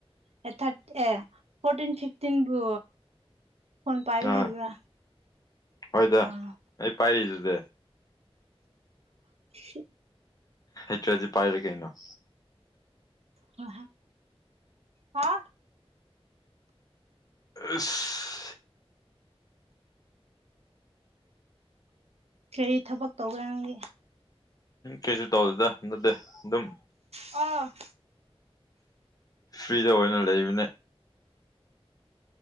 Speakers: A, on the right (about 85°); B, on the left (about 35°).
A: ꯑꯦ ꯊꯥꯔꯇ ꯑꯦ ꯐꯣꯔꯇꯤꯟ ꯐꯤꯐꯇꯤꯟꯕꯨ ꯐꯣꯟ ꯄꯥꯏꯕ
B: ꯑꯥ
A: ꯍꯩꯕ꯭ꯔꯥ
B: ꯍꯣꯏꯗ
A: ꯑꯥ
B: ꯑꯩ ꯄꯥꯏꯔꯤꯗꯨꯗꯤ
A: <unintelligible>
B: ꯍꯩꯇ‍꯭ꯔꯗꯤ ꯄꯥꯏꯔ‌ꯣꯏ ꯀꯩꯅꯣ
A: ꯑ ꯑ
B: ꯑꯁ
A: ꯀꯔꯤ ꯊꯕꯛ ꯇꯧꯕ꯭ꯔꯥ ꯅꯪꯗꯤ
B: ꯀꯩꯁꯨ ꯇꯧꯗꯦꯗ ꯅꯠꯇꯦ ꯑꯗꯨꯝ
A: ꯑ
B: ꯐ꯭ꯔꯤꯗ ꯑꯣꯏꯅ ꯂꯩꯕꯅꯦ